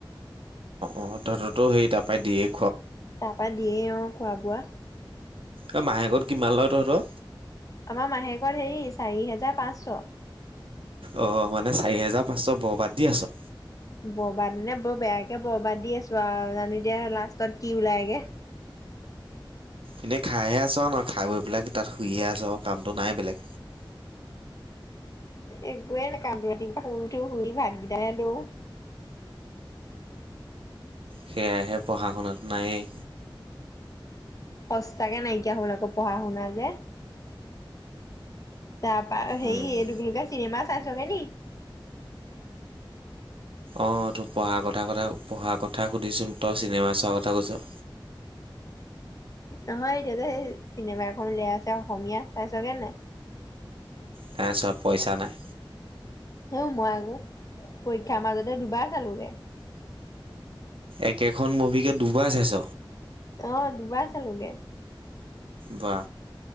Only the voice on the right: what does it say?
অ তহঁতো সেইৰি তাৰ পৰাই দিয়েই
অ মাহেকত কিমান লয় তহঁতৰ?
অ মানে চাৰি হেজাৰ পাঁচশ বৰ বাদ দি আছ
এনেই খাইহে আছো ন খাই বৈ পেলাই তাত শুইহে আছো আৰু কামটো নাই বেলেগ।
সেয়াহে পঢ়া শুনাত নায়েই।
উম।
অঁ তোৰ পঢ়াৰ কথা কথা পঢ়াৰ কথা সুধিছোঁ তই চিনেমা চোৱাৰ কথা কৈছ।
নাই চোৱা পইচা নাই।
একেখন মুভিকে দুবাই চাইছ।
বা